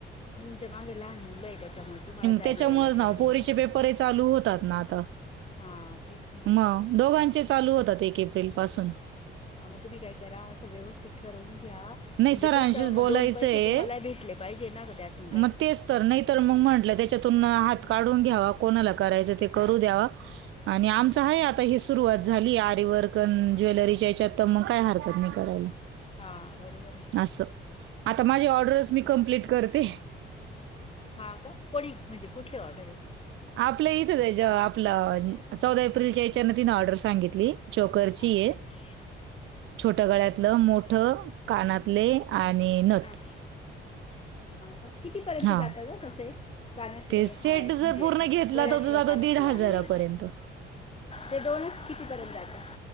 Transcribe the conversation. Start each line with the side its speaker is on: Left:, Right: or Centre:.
Left: माजे लाहान मुलंय तेच्यामुळ तुमाला जायला
Right: त्याच्यामुळेच
Left: यायला
Right: ना
Left: प्रॉब्लेम
Right: पोरीचे
Left: होतो
Right: पेपर चालू होतात ना आता
Left: हां तेच ना म
Right: मग दोघांचे चालू होतात एक एप्रिल पासून
Left: आ म तुमी काय करा असं व्यवस्थित ठरवून घ्या
Right: नाही
Left: म्हणजे
Right: सरांशीच
Left: कस मग
Right: बोलायचंय
Left: दोन पैसे तुम्हाला भेटले पाईजे ना ग त्यातून
Right: मग
Left: काइ
Right: तेच तर नइ तर म म्हंटलं तेच्यातून हात काढून घ्यावा कोणाला करायचं ते करू द्यावा आणि आमचं हाय आता ही सुरुवात झाली आरीवर्कन ज्वेलरीच्या हेच्यात तर मंग काय हरकत नइ करायला
Left: हा बरोबरेय
Right: असं आता माझी ऑर्डरच मी कम्प्लीट करते
Left: हा का कोणी म्हणजे कुठली ऑर्डरे
Right: आपलं इथंचाय ज आपल चौदा एप्रिलच्या हच्यानं तिनं ऑर्डर सांगितली चोकरची
Left: अच्छा
Right: ये
Left: अच्छा
Right: छोट गळ्यातलं मोठं कानातले आणि नथ
Left: हा का कितीपर्यंत
Right: हां
Left: जातं ग तस हे कानातले
Right: ते सेट
Left: हार
Right: जर
Left: म्हणजे
Right: पूर्ण घेतला
Left: गळ्यातलं
Right: तर तो जातो
Left: कानातलं
Right: दीड हजारापर्यंत
Left: आणि ते दोनच कितीपर्यंत जात